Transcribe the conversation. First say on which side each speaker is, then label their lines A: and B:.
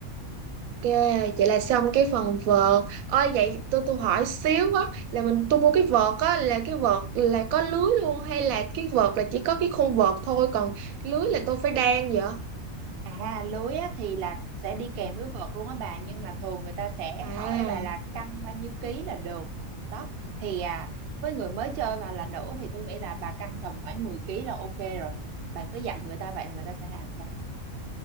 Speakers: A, on the right; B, on the right.
A: Ok, vậy là xong cái phần vợt. Ơi vậy tôi tôi hỏi xíu á là mình tôi mua cái vợt á là cái vợt là có lưới luôn hay là cái vợt là chỉ có cái khung vợt thôi còn lưới là tôi phải đan vậy?
B: À lưới á, thì là sẽ đi kèm với vợt luôn á bà nhưng mà thường người ta sẽ
A: À,
B: hỏi bà là cân bao nhiêu ký là được đó thì à, với người mới chơi và là nữ thì tôi nghĩ là bà cân tầm khoảng 10 ký là ok rồi bà cứ dặn người ta vậy là người ta sẽ làm cho